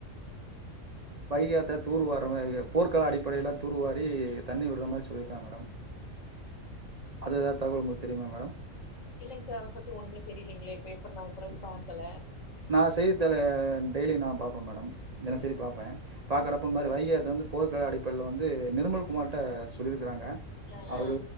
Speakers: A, on the right (about 40°); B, on the left (about 75°).
A: வைகையாத்த தூர்வார்ற மா போர்கால அடிப்படைல தூர்வாரி தண்ணி விட்ற மாரி சொல்லிருக்காங்க மேடம் அது ஏதாவது தகவல் உங்களுக்கு தெரியுமா மேடம்
B: இல்லைங் சா அத பத்தி ஒண்ணுமே தெரிலைங்ளே இப்ப ப்றோ நா அப்புறோ பாக்கல
A: நா செய்தித்தாலு டெய்லி நா பா மேடம் தெனசெரி
B: சரி
A: பாப்ப பாக்கறப்ப
B: ம்
A: மாரி வைக ஆத்த வந்து போர்க்களா அடிப்படையில்ல வந்து நிர்மல் குமார்ட்ட சொல்லிருக்குறாங்க
B: அ
A: அவுரு
B: அ